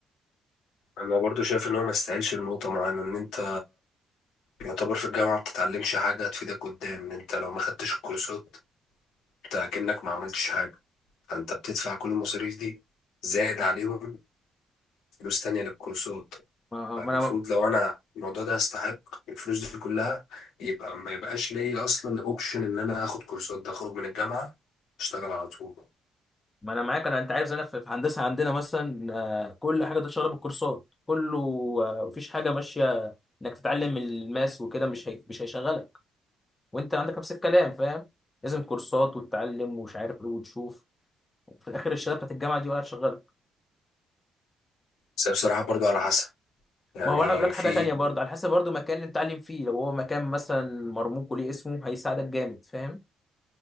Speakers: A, on the left (about 85°); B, on the left (about 20°).
A: انا برضو شايف ان هو ما يستاهلش لنقطه معينه ان انت يعتبر في الجامعه ما بتتعلمش حاجه هتفيدك قدام ان انت لو ما خدتش الكورسات انت كأنك ما عملتش حاجه فانت بتدفع كل المصاريف دي زائد عليهم فلوس تانية للكورسات
B: ما
A: فالمفروض
B: ما انا
A: لو انا الموضوع ده يستحق الفلوس دي كلها يبقى ما يبقاش ليا اصلا اوبشن ان انا اخد كورسات ده اخرج من الجامعة اشتغل على طول
B: ما انا معاك انا انت عارف زي انا في في هندسه عندنا مثلا آه، كل حاجه ده شغاله بالكورسات كله آه، مفيش حاجه ماشيه انك تتعلم الماس وكده مش هي... مش هيشغلك وانت عندك نفس الكلام فاهم لازم كورسات وتتعلم ومش عارف ايه وتشوف وفي الاخر الشهاده بتاعت الجامعه دي ولا هتشغلك
A: بس هي بصراحة برضو على حسب يعني
B: ما هو هقول لك حاجه
A: في
B: تانية برضه على حسب برضه المكان اللي بتتعلم فيه لو هو مكان مثلا مرموق وليه اسمه هيساعدك جامد فاهم